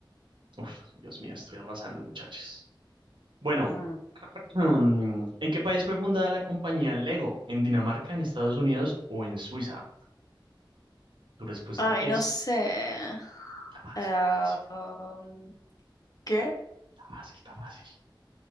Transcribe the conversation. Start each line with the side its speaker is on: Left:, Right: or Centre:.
Right: Uf, Dios mío, estoy arrasando, muchachos. Bueno,
Left: Mm.
Right: mm, ¿en qué país fue fundada la compañía Lego? ¿En Dinamarca, en Estados Unidos o en Suiza? Tu respuesta
Left: Ay,
Right: es...
Left: no sé.
Right: Está fácil,
Left: Eh,
Right: está fácil,
Left: um, ¿qué?
Right: está fácil, está fácil,